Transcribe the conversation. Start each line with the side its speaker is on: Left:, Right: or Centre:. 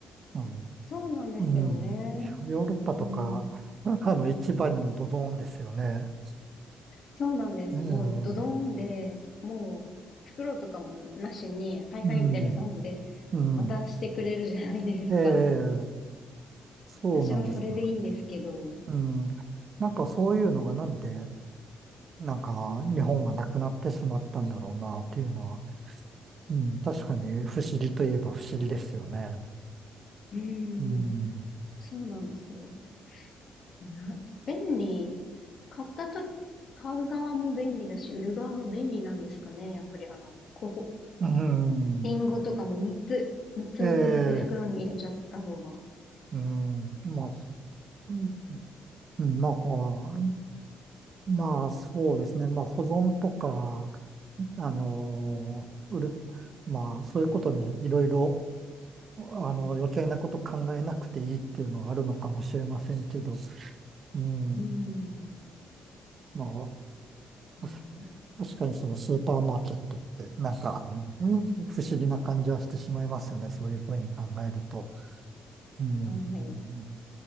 Right: うん、
Left: そうなんですよね。
Right: うん、ヨーロッパとか、
Left: うん。
Right: <laughs> あの市場にドドンですよね。
Left: そうなんです。
Right: うん、
Left: もうドドーンで、
Right: うん、
Left: もう袋とかもなしに、はいはいみたいな感じで
Right: うん。うん
Left: 渡してくれるじゃないですか。
Right: ええそうなんですが。
Left: 私はそれでいいんですけど。
Right: うん。なんかそういうのがなんで、
Left: うん
Right: なんか日本はなくなってしまったんだろうなっていうのは、うん、確かに不思議といえば不思議ですよね。
Left: うー
Right: うん。
Left: ん、そうなんですよ。な、便利、買ったと、買う側も便利だし、売る側も便利なんですかね。やっぱりあの、こう、
Right: うん。
Left: リンゴとかも3つ、3つまとめて袋に入れちゃった方が。
Right: ええ、うん。まあ、うんうんまあ、こうまあ、そうですね。まあ、保存とか、あの、売る、まあ、そういうことにいろいろ、あの、
Left: うん。
Right: 余計なこと考えなくていいっていうのはあるのかもしれませんけど、うん。
Left: うーん、
Right: まあ、
Left: ね
Right: 確確かにそのスーパーマーケットってなんか、うん不思議な感じはしてしまいますよね。そういうふうに考えると。うん。うん
Left: え、はい。